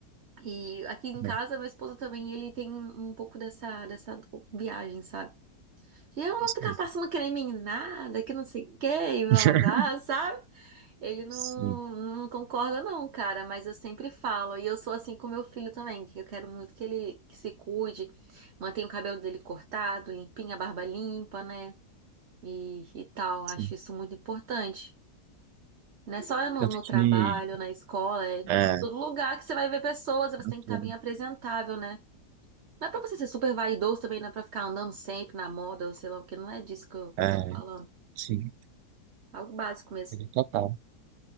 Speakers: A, on the right; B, on the right.
A: E aqui em casa,
B: É,
A: meu esposo também, ele tem um um pouco dessa, dessa viagem, sabe? E eu não vou
B: Sim.
A: ficar passando creme em nada, que não sei o que, e blá
B: <laughs>
A: blá blá, sabe? Ele não,
B: Sim.
A: não concorda, não, cara, mas eu sempre falo, e eu sou assim com meu filho também, que eu quero muito que ele que se cuide, mantenha o cabelo dele cortado, limpinho, a barba limpa, né? E, e tal,
B: Sim.
A: acho isso muito importante. Não é só no,
B: Tanto
A: no
B: que.
A: trabalho, na escola, é
B: É.
A: todo lugar que você vai ver pessoas, você tem
B: aquilo,
A: que estar bem apresentável, né? Não é pra você ser super vaidoso também, não é pra ficar andando sempre na moda, ou sei lá o que, não é disso que eu, que
B: É.
A: eu tô falando.
B: Sim.
A: Algo básico mesmo.
B: Total.